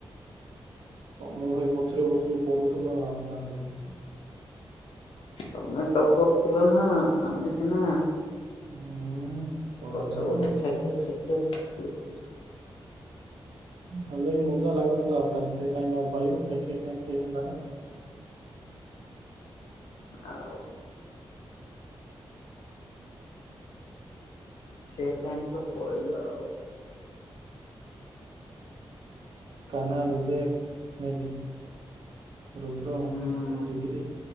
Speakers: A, on the right (about 70°); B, on the left (about 70°).
A: ତମେ ଭାଇ ପଛରେ ବସିକି ପଢ଼ୁଥିଲ ଆମେ ଆଉ ଦେଖିଛି।
B: ତମେ ଟପର ଥିଲ ନା ଆମେ ସିନା
A: ଉଁ ତଳାଡ
B: ପଛ
A: ନା
B: ପଟେ
A: ଆଉ।
B: ଖେଁ ଖେଁ ଖେଁ ଖେଁ ଥିଲୁ। <inaudible>
A: ହେଲେ ବି ମଜା ଲାଗୁଥୁଲା ଆଉ କାଇଁ ସେ ଟାଇମ୍ ଆଉ ପାଇବୁ କେ ଖେଁ ଖେଁ ଖେ ହେଲାର।
B: ଆଉ ସେ ଟାଇମ ତ ପଳେଇଲା ଆଉ।
A: କାହ୍ନା ବିବେକ ନାଇଁ କି? ରୁଦ୍ର
B: ହୁଁ
A: ଜିଗରି।